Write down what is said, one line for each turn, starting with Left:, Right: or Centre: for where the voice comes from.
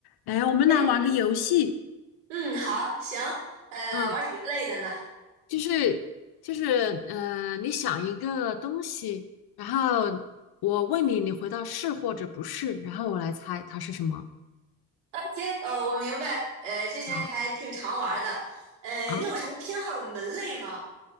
Left: 哎，我们来玩个游戏。
Right: 哎，嗯，好，行，呃，
Left: 嗯，
Right: 玩什么类的呢
Left: 就是就是呃，你想一个东西，然后我问你，你回答是或者不是，然后我来猜它是什么
Right: ？OK，呃，我明白，呃，之前还挺常玩的，
Left: 啊
Right: 呃，
Left: 啊？
Right: 你有什么偏好的门类吗？